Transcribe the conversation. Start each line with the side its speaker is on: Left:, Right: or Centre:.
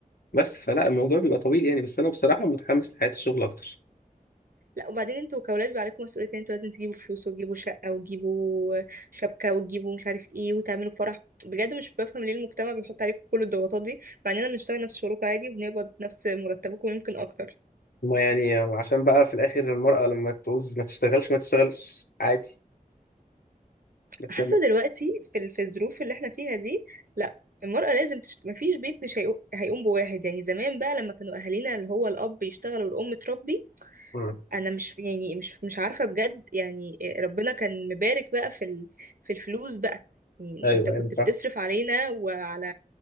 Left: بس فلا الموضوع بيبقى طويل يعني بس انا بصراحه متحمس لحياه الشغل اكتر
Right: لا وبعدين انتوا كأولاد بيبقى عليكم مسؤوليتين انتوا لازم تجيبوا فلوس وتجيبوا شقة وتجيبوا شبكة وتجيبوا مش عارف ايه وتعملوا فرح بجد مش بفهم ليه المجتمع بيحط عليكم كل الضغوطات دي مع اننا بنشتغل نفس شغلكم عادي وبنقبض نفس مرتبكم يمكن اكتر
Left: ما يعني عشان بقى في الاخر المراه لما تعوز ما تشتغلش ما تشتغلش عادي بس
Right: حاسة
Left: أنا-
Right: دلوقتي في ال- في الظروف اللي احنا فيها دي لا المرأة لازم تشت... مفيش بيت مش هيقو- هيقوم بواحد يعني زمان بقى لما كانوا أهالينا اللي هو الأب يشتغل والأم تربي
Left: مم.
Right: انا مش يعني مش مش عارفه بجد يعني آه، ربنا كان مبارك بقى في ال... في الفلوس بقى يعني
Left: ايوه
Right: انت كنت
Left: ايوه صح
Right: بتصرف علينا وعلى